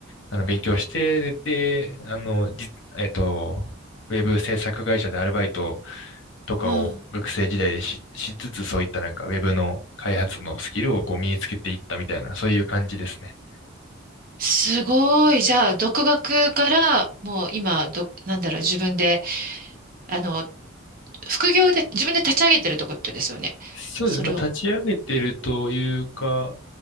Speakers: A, on the left (about 65°); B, on the right (about 45°).
A: あの勉強して、で、あの、じ、えっと、ウェブ制作会社でアルバイトとかを学生時代でし、
B: うん。
A: しつつ、そういったなんかウェブの開発のスキルをこう身につけていったみたいな、そういう感じですね。
B: すごい。じゃあ、独学からもう今、ど、なんだろう、自分で、あの、副業で自分で立ち上げてるってことですよね。
A: そうですね。
B: それを。
A: まあ、立ち上げてるというか、